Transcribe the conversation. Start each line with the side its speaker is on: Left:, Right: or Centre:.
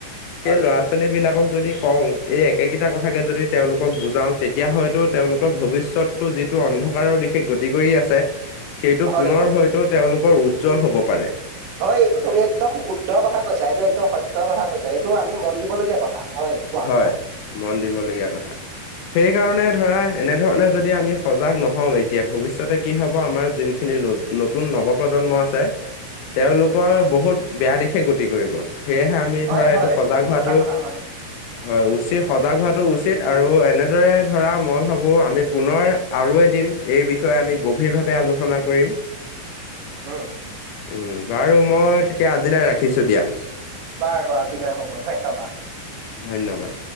Left: সেই
Right: হয়,
Left: ল'ৰা-ছোৱালী বিলাকক যদি কওঁ, এই একেকেইটা কথাকে যদি তেওঁলোকক বুজাওঁ, তেতিয়া হয়তো তেওঁলোকৰ ভৱিষ্যত টো যিটো অন্ধকাৰৰ দিশে গতি কৰি আছে সেইটো
Right: হয়,
Left: পুনৰ
Right: হয়,
Left: হয়তো তেওঁলোকৰ উজ্জ্বল হ'ব পাৰে।
Right: হয়, এইটো তুমি একদম শুদ্ধ কথা কৈছা। এইটো একদম সত্য কথা কৈছা, এইটো আমি মন দিবলগীয়া কথা হয়। কোৱা,
Left: হয়,
Right: কোৱা,
Left: মন দিবলগীয়া কথা। সেইকাৰণে ধৰা এনেধৰণে যদি আমি সজাগ নহওঁ এতিয়া, ভৱিষ্যতে কি হ'ব আমাৰ যোনখিনি নতু নতুন নৱপ্ৰজন্ম আছে।
Right: <inaudible>
Left: তেওঁলোকৰ বহুত বেয়া দিশে গতি কৰিব, সেয়েহে আমি
Right: হয়,
Left: ধৰা
Right: হয়,
Left: এইটো সজাগ
Right: সঁচা
Left: হোৱাটো
Right: কথা হয়,
Left: হয় উচিত, সজাগ হোৱাটো উচিত আৰু এনেদৰে ধৰা মই ভাবো আমি পুনৰ আৰু এদিন এই বিষয়ে আমি গভীৰভাৱে আলোচনা কৰিম।
Right: হয়
Left: উম, বাৰু মই তেতিয়া আজিলৈ ৰাখিছো দিয়া।
Right: বাৰু আজিলে হ'ব ধন্যবাদ।
Left: ধন্যবাদ।